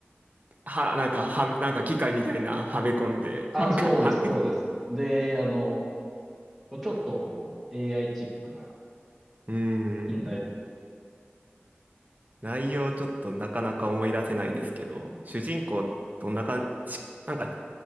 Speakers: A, on the right; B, in the centre.
A: は、なんか、は、なんか機械みたいなはめ込んで、
B: あ、
A: なんか、
B: そうです、
A: はめ、う
B: そうです。で、あの、こうちょっとこう AI チックな、
A: ーん、
B: 近代的
A: 内容ちょっとなかなか思い出せないですけど、主人公、どんな感じ、なんか、